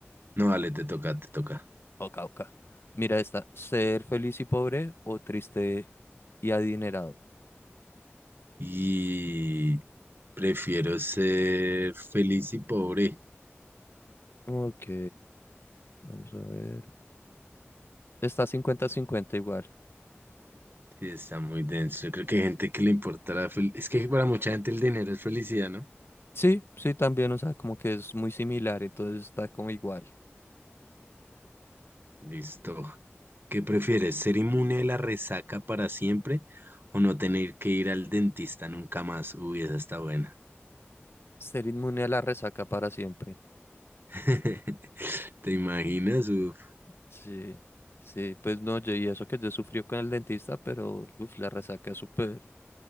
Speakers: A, on the right; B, on the left.
A: No, vale, te toca, te toca.
B: Oca, oca. Mira esta. ¿Ser feliz y pobre o triste y adinerado?
A: Y prefiero ser feliz y pobre.
B: Ok, vamos a ver. Está cincuenta-cincuenta igual.
A: Sí, está muy denso. Yo creo que hay gente que le importa la fel- Es que para mucha gente el dinero es felicidad, ¿no?
B: Sí, sí, también, o sea, como que es muy similar, entonces está como igual.
A: Listo. ¿Qué prefieres? ¿Ser inmune a la resaca para siempre o no tener que ir al dentista nunca más? Uy, esa está buena.
B: Ser inmune a la resaca para siempre.
A: <laughs> ¿Te imaginas? Uf.
B: Sí, sí, pues no, yo y eso que yo sufrió con el dentista, pero uf, la resaca es súper,